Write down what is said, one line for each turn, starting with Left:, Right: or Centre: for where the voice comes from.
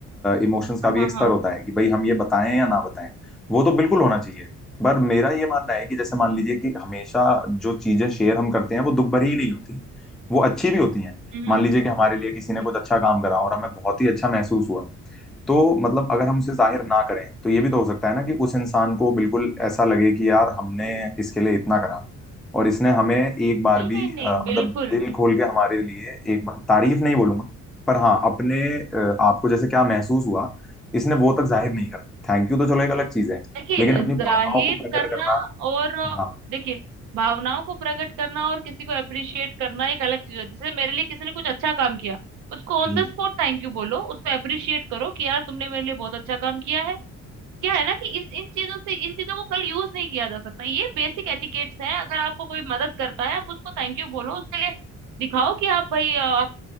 Centre: इमोशंस का
Right: हाँ
Centre: भी
Right: हाँ
Centre: एक स्तर
Right: हाँ
Centre: होता है कि भाई हम ये बताएं या ना बताएं वो तो बिल्कुल होना चाहिए पर मेरा ये मानना है कि जैसे मान लीजिए कि हमेशा जो चीजें शेयर हम करते हैं वो दुख भरी ही नहीं होती वो अच्छी भी होती हैं
Right: हम्म
Centre: मान
Right: हम्म।
Centre: लीजिए कि हमारे लिए किसी ने
Right: नहीं
Centre: कुछ अच्छा काम करा और हमें बहुत ही अच्छा महसूस हुआ तो मतलब अगर हम उसे जाहिर ना करें तो ये भी तो हो सकता है ना कि उस इंसान को बिल्कुल ऐसा लगे कि यार हमने इसके लिए इतना करा और इसने हमें एक बार
Right: नहीं
Centre: भी
Right: नहीं
Centre: अ,
Right: बिल्कुल
Centre: मतलब दिल खोल के हमारे लिए एक बार तारीफ नहीं बोलूंगा पर हाँ अपने अ, आपको जैसे क्या महसूस हुआ इसने वो तक जाहिर नहीं करा थैंक यू तो चलो एक अलग चीज है
Right: देखिए
Centre: लेकिन अपनी भावनाओं
Right: जाहिर
Centre: को प्रकट
Right: करना
Centre: करना
Right: और
Centre: हाँ
Right: देखिए भावनाओं को प्रकट करना और किसी को अप्रिशिएट करना एक अलग चीज होती है जैसे मेरे लिए किसी ने कुछ अच्छा काम किया उसको on
Centre: जी
Right: the spot thank you बोलो उसको अप्रिशिएट करो कि यार तुमने मेरे लिए बहुत अच्छा काम किया है क्या है ना कि इस इन चीजों से इन चीजों को कल यूज नहीं किया जा सकता ये बेसिक एटिकेट्स है अगर आपको कोई मदद करता है आप उसको थैंक यू बोलो उसके लिए दिखाओ कि आप भाई अ, आप